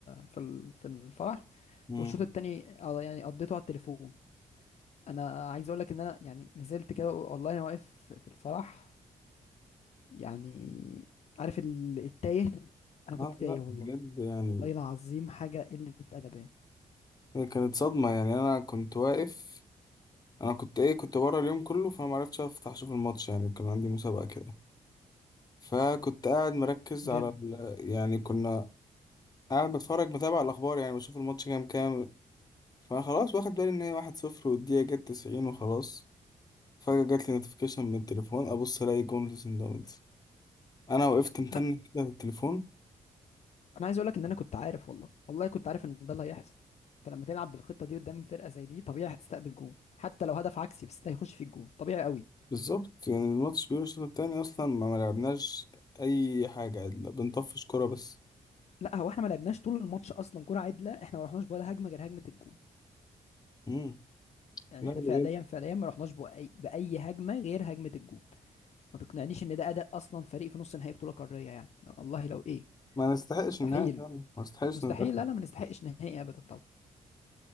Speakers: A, on the left (about 50°); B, on the left (about 30°).
A: في ال- في الفرح
B: مم.
A: والشوط التاني آه، يعني قضيته على التليفون أنا عايز أقول لك إن أنا يعني نزلت كده والله أنا واقف في في الفرح يعني عارف ال- التايه أنا كنت
B: اه
A: تايه
B: لا
A: والله
B: بجد يعني
A: والله العظيم حاجة قلة أدب يعني
B: هي كانت صدمة يعني انا كنت واقف انا كنت ايه كنت بره اليوم كله فما عرفتش افتح اشوف الماتش يعني كان عندي مسابقة كده فكنت قاعد مركز
A: جامد
B: على ال... يعني كنا قاعد بتفرج بتابع الاخبار يعني بشوف الماتش كام كام فانا خلاص واخد بالي ان هي 1-0 والدقيقة جت 90 وخلاص فجأة جات لي نوتيفيكيشن من التليفون ابص الاقي جون سان داونز انا وقفت متنك
A: أنا
B: كده على التليفون
A: أنا عايز أقول لك إن أنا كنت عارف والله والله كنت عارف إن ده اللي هيحصل أنت لما تلعب بالخطة دي قدام فرقة زي دي طبيعي هتستقبل جون حتى لو هدف عكسي بس ده هيخش في الجون طبيعي قوي
B: بالظبط يعني الماتش بيقول الشوط التاني اصلا ما ما لعبناش اي حاجة لا بنطفش كرة بس
A: لا هو احنا ما لعبناش طول الماتش اصلا كرة عدلة احنا ما رحناش ولا هجمة غير هجمة الجون
B: امم
A: يعني
B: لا
A: احنا
B: بجد
A: فعليا فعليا ما رحناش بأي بأي هجمة غير هجمة الجون ما تقنعنيش ان ده اداء اصلا فريق في نص نهائي بطولة قارية يعني والله لو ايه
B: ما نستحقش
A: مستحيل
B: النهاية كمان ما نستحقش
A: مستحيل
B: نتأخر
A: لا لا ما نستحقش نهائي ابدا طبعا